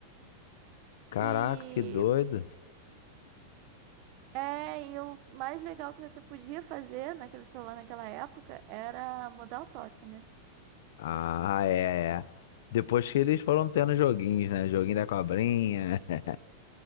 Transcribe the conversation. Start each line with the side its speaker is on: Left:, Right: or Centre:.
Left: caraca,
Right: E
Left: que doido.
Right: é, e o mais legal que você podia fazer naquele celular naquela época era mudar o toque, né?
Left: Ah, é, é. Depois que eles foram tendo joguinhos, né? Joguinho da cobrinha. <laughs>